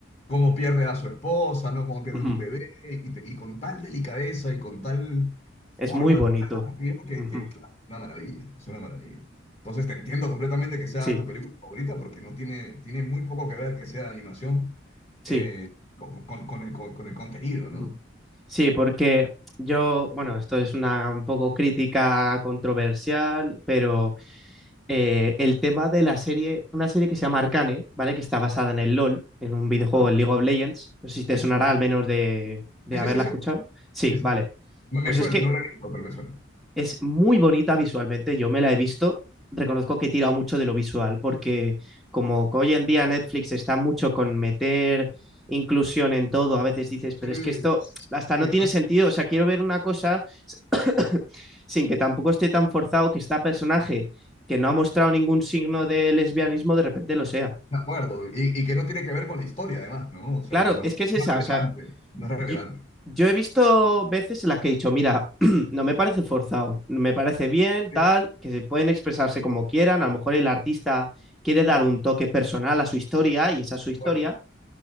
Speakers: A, on the left (about 30°); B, in the centre.
A: cómo pierde a su esposa, ¿no? Cómo pierde
B: Ujú.
A: un bebé, y, te- y con tal delicadeza y con tal
B: Es
A: forma
B: muy bonito.
A: narrativa que,
B: Ujú.
A: que, claro, es una maravilla, es una maravilla. Entonces te entiendo completamente que sea
B: Sí,
A: tu película favorita porque no tiene, tiene muy poco que ver que sea animación
B: sí.
A: eh, con, con- con el, con, con el contenido, ¿no?
B: Ujú. Sí, porque yo, bueno, esto es una un poco crítica controversial, pero eh, el tema de la serie, una serie que se llama Arcane, ¿vale? Que está basada en el LOL, en un videojuego,
A: Ajá.
B: el League of Legends. No sé si
A: Sí,
B: te sonará
A: sí,
B: al menos de, de
A: sí,
B: haberla
A: sí, sí, sí,
B: escuchado. Sí,
A: sí.
B: vale.
A: sí. Me me
B: Pues
A: suena,
B: es que
A: no lo he visto, pero me suena.
B: Es muy bonita visualmente, yo me la he visto. Reconozco que he tirado mucho de lo visual, porque como que hoy en día Netflix está mucho con meter inclusión en todo, a veces dices,
A: Sí,
B: pero es que esto hasta
A: sí,
B: no tiene sentido. O sea, quiero ver una cosa <laughs> sin que tampoco esté tan forzado que este personaje que no ha mostrado ningún signo de lesbianismo de repente lo sea.
A: De acuerdo, y, y que no tiene que ver con la historia además, ¿no? O sea,
B: Claro,
A: no,
B: es
A: no
B: que es esa,
A: es relevante,
B: o sea,
A: no es
B: Yo,
A: relevante.
B: yo he visto veces en las que he dicho, mira, <clears throat> no me parece forzado, me parece bien,
A: Sí,
B: tal, que se pueden expresarse como quieran, a lo mejor el artista quiere dar un toque personal a su historia y esa es su
A: de
B: historia,
A: acuerdo.